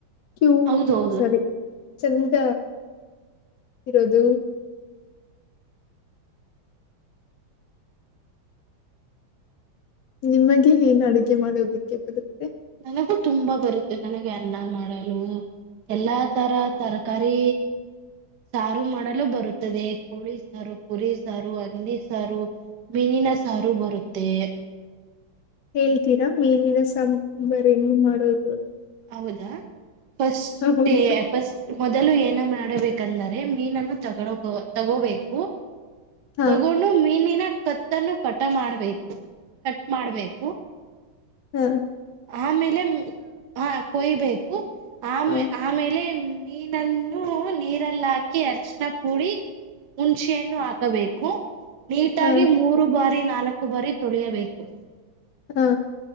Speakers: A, on the left; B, on the right.
A: ಕ್ಯೂ
B: ಹೌದು ಹೌದು
A: ಸರಿ ಚಂದ ಇರೋದು <unintelligible> ನಿಮಗೆ ಏನ್ ಅಡುಗೆ ಮಾಡೋದಿಕ್ಕೆ ಬರುತ್ತೆ
B: ನನಗೂ ತುಂಬಾ ಬರುತ್ತೆ ನನಗೆ ಅನ್ನ ಮಾಡಲು ಎಲ್ಲಾ ತರ ತರಕಾರಿ ಸಾರು ಮಾಡಲು ಬರುತ್ತದೆ ಕೋಳಿ ಸಾರು ಕುರಿ ಸಾರು ಹಂದಿ ಸಾರು ಮಿನಿನ ಸಾರು ಬರುತ್ತೆ
A: ಹೇಳ್ತೀರಾ ಮೀನಿನ ಸಾಂಬಾರಂಗ ಮಾಡೋದು
B: ಹೌದಾ ಫಸ್ಟ್
A: ಹೌದು
B: ಫಸ್ಟ್ ಮೊದಲು ಏನ ಮಾಡಬೇಕಂದರೆ ಮೀನನ್ನು ತಗಳೋಕ ತಗೋಬೇಕು
A: ಹಾ
B: ತಗೊಂಡು ಮೀನಿನ ಕತ್ತನ್ನು ಕಟ ಮಾಡ್ಬೇಕು ಕಟ್ ಮಾಡ್ಬೇಕು
A: ಹ್ಮ್
B: ಆಮೇಲೆ ಹಾ ಕೊಯ್ಬೇಕು ಆಮ
A: ಹಾ
B: ಆಮೇಲೆ ಮೀನನ್ನು ನೀರಲ್ಲ ಹಾಕಿ ಅರ್ಶಣ ಪುಡಿ ಹುಣಸೆ ಹಣ್ಣು ಹಾಕಬೇಕು ನೀಟಾಗಿ
A: ಹಾ
B: ಮೂರು ಬಾರಿ ನಾಲ್ಕು ಬಾರಿ ತೊಳಿಯಬೇಕು
A: ಹಾ